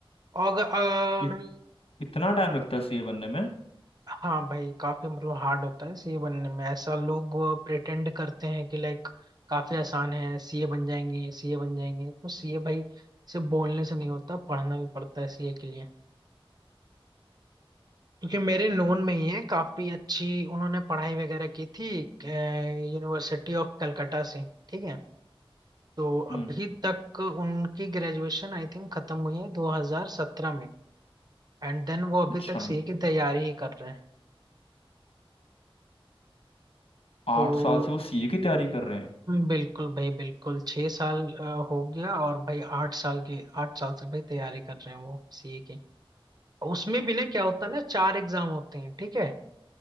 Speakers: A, on the right (about 45°); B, on the left (about 90°).
A: और, और
B: इत, इतना टाइम लगता है सीए बनने में
A: हाँ भाई काफी मतलब हार्ड होता है सीए बनने में ऐसा लोग प्रिटेंड करते हैं कि लाइक काफी आसान है सीए बन जाएंगे सीए बन जाएंगे तो सीए भाई सिर्फ बोलने से नहीं होता पढ़ना भी पड़ता है सीए के लिए क्योंकि मेरे नोन में ही है काफी अच्छी उन्होंने पढ़ाई वगैरह की थी यूनिवर्सिटी ऑफ कलकत्ता से ठीक है तो
B: हम्म
A: अभी तक उनकी ग्रेजुएशन आई थिंक खत्म हुई है 2017 में एंड देन वो अभी
B: अच्छा
A: तक सीए की तैयारी ही कर रहे हैं
B: आठ
A: तो
B: साल से वो सीए की तैयारी कर रहे हैं
A: बिल्कुल भाई बिल्कुल छह साल अ, हो गया और भाई आठ साल के आठ साल से भाई तैयारी कर रहे हैं वो सीए की उसमें भी ना क्या होता है ना चार एग्जाम होते हैं ठीक है